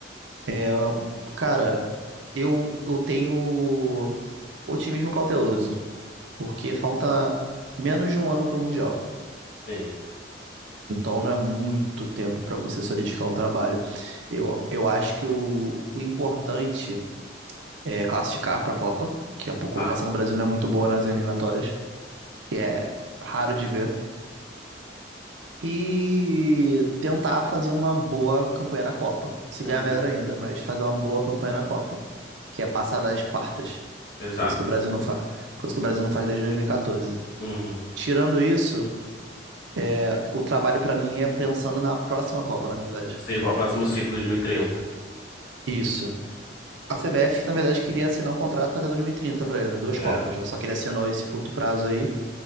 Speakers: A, on the right (about 85°); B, on the left (about 50°).
A: ah, cara, eu, eu tenho otimismo cauteloso, porque falta menos de um ano para o Mundial.
B: sim.
A: Então não é muito tempo para você solidificar um trabalho. Eu, eu acho que o, o importante é classificar para a Copa, que a colocação
B: Claro.
A: do Brasil não é muito boa nas eliminatórias, que é raro de ver. e tentar fazer uma boa campanha na Copa. Se
B: Uhum.
A: ganhar, melhor ainda, mas fazer uma boa campanha na Copa, que é passar das quartas,
B: Exato.
A: coisa que o Brasil não faz, coisa que o Brasil não faz desde 2014.
B: Uhum.
A: Tirando isso, é, o trabalho pra mim é pensando na próxima Copa, na verdade.
B: Sim, para o próximo ciclo, 2030.
A: Isso. A CBF, que na verdade queria assinar um contrato até 2030 pra ele, né? Duas
B: É,
A: Copas, só que ele assinou esse curto prazo aí.